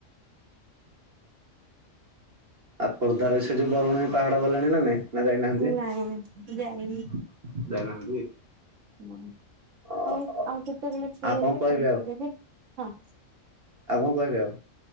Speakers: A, on the right; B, on the right.
A: ଆଉ ଖୋର୍ଦ୍ଧାରେ ସେ ଯୋଉ ବରୁଣେଇ ପାହାଡ ଗଲେଣି ନା ନାଇଁ ନା ଯାଇନାହାନ୍ତି। ଯାଇନାହାନ୍ତି।
B: ନାଇଁ ଯାଇନି। ନାଇଁ
A: ଓହୋ।
B: ହଉ ଆଉ କେତେବେଳେ ଫ୍ରି
A: ଆଉ
B: ହେଲେ
A: କଣ କହିବେ
B: କହିପାରିବି
A: ଆଉ?
B: ହଁ।
A: ଆଉ କଣ କହିବେ ଆଉ।